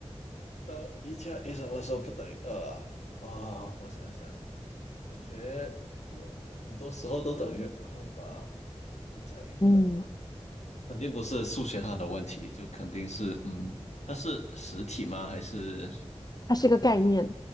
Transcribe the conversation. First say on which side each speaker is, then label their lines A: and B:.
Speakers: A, on the left; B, on the left.
A: 一到一加一什么时候不等于二啊？哦，我想想，感觉呃很多时候都等于二吧。一加一不等于二，
B: 嗯，
A: 肯定不是数学上的问题，就肯定是，嗯，它是实体吗？还是
B: 它是一个概念。